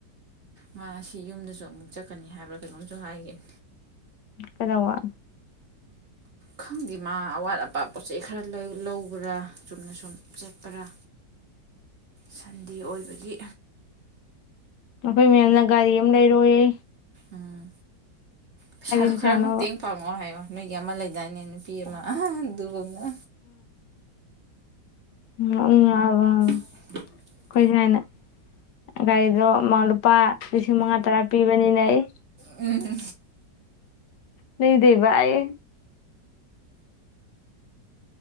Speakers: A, on the right; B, on the left.
A: ꯃꯥꯅ ꯁꯤ ꯌꯨꯝꯗꯁꯨ ꯑꯃꯨꯛ ꯆꯠꯀꯅꯤ ꯍꯥꯏꯕ꯭ꯔꯥ ꯀꯩꯅꯣꯝꯁꯨ ꯍꯥꯏꯈꯤꯕꯅꯤ
B: ꯀꯗ ꯋꯥ
A: ꯈꯪꯗꯦ ꯃꯥ ꯑꯋꯥꯠ ꯑꯄꯥ ꯄꯣꯠ ꯆꯩ ꯈꯔ ꯂꯧꯕ꯭ꯔꯥ ꯆꯨꯝꯅ ꯁꯨꯝ ꯆꯠꯄ꯭ꯔꯥ
B: <unintelligible>
A: ꯁꯟꯗꯤ ꯑꯣꯏꯕꯒꯤ
B: ꯑꯩꯈꯣꯏ ꯃꯦꯝꯅ ꯒꯥꯔꯤ ꯑꯃ ꯂꯩꯔꯣꯏꯌꯦ
A: ꯎꯝ ꯄꯩꯁꯥꯗꯨꯣ
B: ꯄꯩꯁꯥꯅꯣꯕ
A: ꯈꯔ ꯃꯇꯦꯡ ꯄꯥꯡꯉꯑꯣ ꯍꯥꯏꯌꯣ ꯅꯣꯏꯒꯤ ꯑꯃ ꯂꯩꯗꯥꯅꯦ ꯄꯤꯃ ꯝꯅ
B: ꯎ ꯑ
A: <unintelligible>
B: ꯑꯩꯈꯣꯏ ꯁꯨꯃꯥꯏꯅ ꯒꯥꯔꯤꯗꯣ ꯂꯨꯄꯥ ꯂꯤꯁꯤꯡ ꯃꯉꯥ ꯇꯔꯥ ꯄꯤꯕꯅꯤꯅ ꯑꯩ
A: ꯎ
B: ꯅꯗꯤꯚꯥꯏ